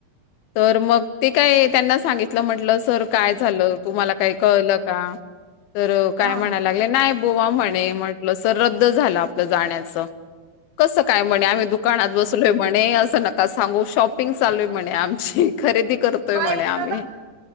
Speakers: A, on the left; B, on the right.
A: तर मग ते काय त्यांना सांगितलं म्हटलं सर काय झालं तु मला काही कळलं का? तर काय
B: हा
A: म्हणायला लागले नाही. म्हणे म्हटल रद्द झालं आपलं जाण्याच कस काय म्हणे आम दु कानाात बसलोय म्हणे असं नका सांगू शॉपिंग चालूय म्हणे आम खरेदी करतोय
B: बाई
A: म्हणे आम्ही
B: ग